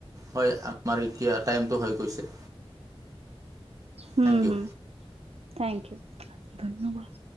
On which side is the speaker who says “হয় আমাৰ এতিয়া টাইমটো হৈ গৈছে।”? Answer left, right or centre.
Right